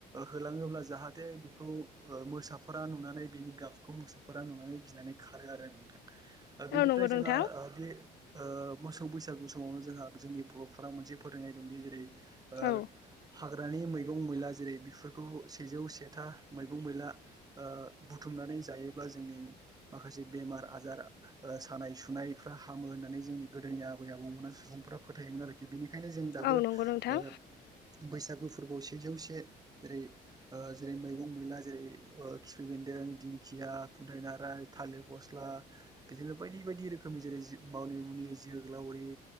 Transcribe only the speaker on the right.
होलाङोब्ला जाहाथे बेखौ ओ मोसाफोरा नुनानै बिनि गाबखौ मुसाफोरा नुनानै गिनानै खारो आरो नोंथां बेनिफ्राय
जोंहा
बे ओ मोसौ बैसागु समावनो जोंहा जोंनि बर'फोरा मोनसे फोथायनाय दंदि जेरै ओ
हा हाग्रानि मैगं मैला जेरै बेफोरखौ सेजौ सेथा मैगं मैला ओ बुथुमनानै नै जायोब्ला जोंनि माखासे बेमार आजार सानाय सुनायफ्रा हामो होननानै जोंनि गोदोनि आबै आबौमोना सुबुं फ्रा फोथायोमोन आरोखि बिनिखायनो जों दाबो
ओ
बैसागु फो फोरखौ सेजौसे जेरै जेरै मैगं मैला जेरै खिफि बेन्दों दिंखि या खुन्थाइ नाराय थालिर फस्ला बिदिनो बायदि बायदि रोखोमनि जेरै मावनि मुनि जोगोलावरि